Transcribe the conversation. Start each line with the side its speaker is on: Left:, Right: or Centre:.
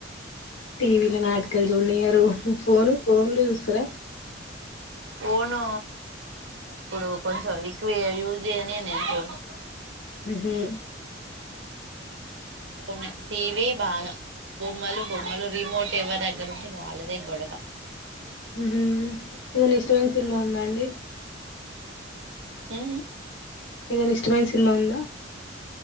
Left: టీవీలో నాటికలు చూడనియ్యారు ఫోను ఫోన్లు చూస్తార
Right: ఫోను ఇప్పుడు కొంచెం ఎక్కువ యూజ్ చేయ్యనిను నేను పోను
Left: ఉహు
Right: ఫోనే టీవీ బాగా బొమ్మలు బొమ్మలు రిమోట్ ఎవ్వ దగ్గర ఉంటే వాళ్ళదే గొడవ
Left: ఉహు ఏదనా ఇష్టమైన సినిమా ఉందా అండి
Right: ఆ
Left: ఏదైనా ఇష్టమైన సినిమా ఉందా